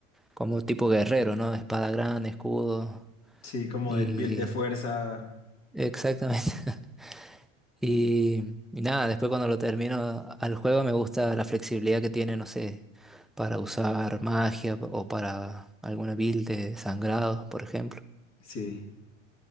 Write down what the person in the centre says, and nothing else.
como tipo guerrero, ¿no? Espada grande, escudo
y
exactamente. <laughs> Y, y nada, después cuando lo termino al juego me gusta la flexibilidad que tiene, no sé, para usar magia o para alguna build de sangrados, por ejemplo.